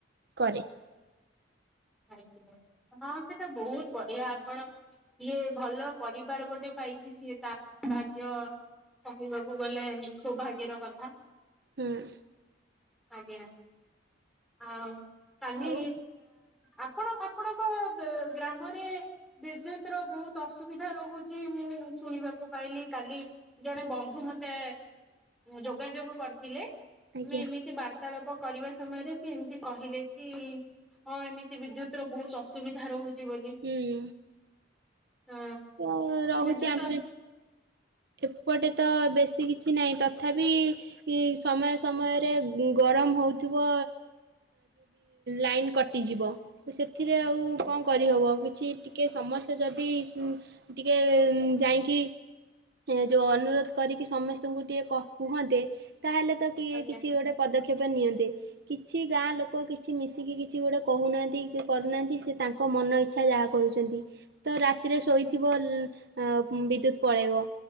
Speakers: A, on the right (about 60°); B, in the centre.
A: କରେ।
B: ଆଜ୍ଞା ହଁ ସେଟା ବହୁତ ବଢିଆ ଆପଣ ଇଏ ଭଲ ପରିବାର ଗୋଟେ ପାଇଚି ସିଏ ତା ଭାଗ୍ୟ କହିବାକୁ ଗଲେ ସୌଭାଗ୍ୟର କଥା।
A: ହୁଁ।
B: ଆଜ୍ଞା ଆଉ କାଲି
A: ଆଉ
B: ଆପଣ ଆପଣଙ୍କ ଗ୍ରାମରେ ବିଦ୍ୟୁତ ର ବହୁତ ଅସୁବିଧା ରହୁଛି ମୁଁ ମୁଁ ଶୁଣିବାକୁ ପାଇଲି କାଲି ଜଣେ ବନ୍ଧୁ ମତେ ଯୋଗାଯୋଗ କରିଥିଲେ।
A: ଆଜ୍ଞା
B: ମୁଁ ଏମିତି ବାର୍ତ୍ତାଳାପ କରିବା ସମୟରେ ସେ ଏମିତି କହିଲେ କି ହଁ ଏମିତି ବିଦ୍ୟୁତର ବହୁତ ଅସୁବିଧା ରହୁଛି। ବୋଲି
A: ହୁଁ।
B: ଅ
A: ଓ ରହୁଛି
B: ବିଦ୍ୟୁତ
A: ଆମେ
B: ଅସୁ
A: ଏପଟେ ତ ବେଶୀ କିଛି ନାହିଁ ତଥାପି ସମୟ ସମୟରେ ଗରମ ହଉ ଥିବ ଲାଇନ କଟିଯିବ ସେଥିରେ ଆଉ କଣ କରିହବ? କିଛି ଟିକେ ସମସ୍ତେ ଯଦି ଟିକେ ଯାଇକି ଏ ଯୋଉ ଅନୁରୋଧ କରିକି ସମସ୍ତଙ୍କୁ ଟିକେ କୁହନ୍ତେ। ତାହେଲେ ତ କିଏ
B: ଆଜ୍ଞା
A: କିଛି ଗୋଟେ ପଦକ୍ଷେପ ପଦକ୍ଷେପ ନିଅନ୍ତେ କିଛି ଗାଁ ଲୋକ କିଛି ମିଶିକି କିଛି ଗୋଟେ କହୁନାହାନ୍ତି କି କରୁନାହାନ୍ତି ସେ ତାଙ୍କ ମନ ଇଚ୍ଛା ଯାହା କରୁଛନ୍ତି ତ ରାତିରେ ଶୋଇଥିବ
B: ଆଜ୍ଞା
A: ବିଦ୍ୟୁତ ପଳେଇବ